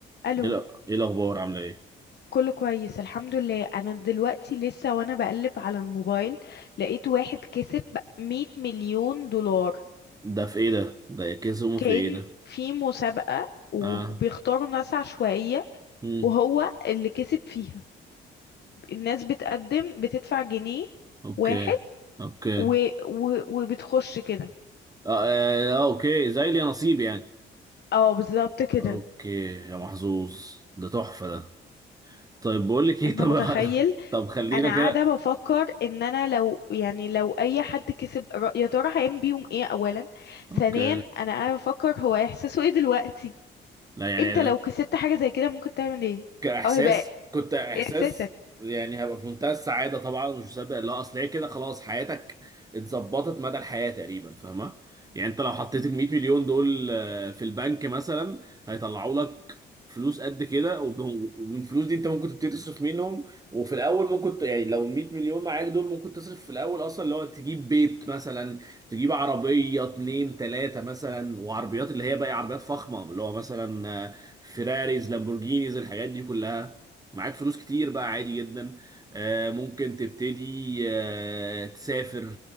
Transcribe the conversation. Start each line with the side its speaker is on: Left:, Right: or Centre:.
Left: الو
Right: ايه لا ايه الاخبار عامله ايه
Left: كله كويس الحمد لله انا دلوقتي لسه وانا بقلب على الموبايل لقيت واحد كسب 100 مليون دولار
Right: ده في ايه ده ده يكسهم
Left: كان
Right: في ايه ده
Left: في مسابقة وبيختاروا
Right: اه
Left: ناس عشوائية
Right: امم
Left: وهو اللي كسب فيها الناس بتقدم بتدفع جنيه
Right: اوكي
Left: واحد
Right: اوكي
Left: و...
Right: اه,
Left: و... وبتخش كده
Right: آه آه، اوكي زي لي نصيب يعني
Left: اه بالظبط كده
Right: اوكي يا محظوظ ده تحفه ده طيب بقول لك ايه
Left: انت
Right: طب
Left: متخيل
Right: <laughs> طب خلينا
Left: انا قاعده
Right: كده
Left: بفكر ان انا لو يعني لو اي حد كسب رأ- يا ترى هيعمل بيهم ايه اولا
Right: اوكي
Left: ثانيا انا قاعده بفكر هو احساسه ايه دلوقتي
Right: لا يعني
Left: انت لو كسبت حاجه زي كده ممكن تعمل ايه
Right: كاحساس
Left: او هيبقى
Right: كنت احساس
Left: احساسك
Right: يعني هبقى في منتهى السعاده طبعا مش مصدق لا اصل هي كده خلاص حياتك اتظبطت مدى الحياه تقريبا فاهمه يعني انت لو حطيت ال 100 مليون دول آه، في البنك مثلا هيطلعوا لك فلوس قد كده وب- ومن الفلوس دي انت ممكن تبتدي تصرف منهم وفي الاول ممكن ت- يعني لو ال 100 مليون معاك دول ممكن تصرف في الاول اصلا اللي هو تجيب بيت مثلا تجيب عربيه اتنين تلاته مثلا وعربيات اللي هي بقى عربيات فخمه اللي هو مثلا آه، فيراريز لامبورجينيز الحاجات دي كلها معاك فلوس كتير بقى عادي جدا آه، ممكن تبتدي آه، تسافر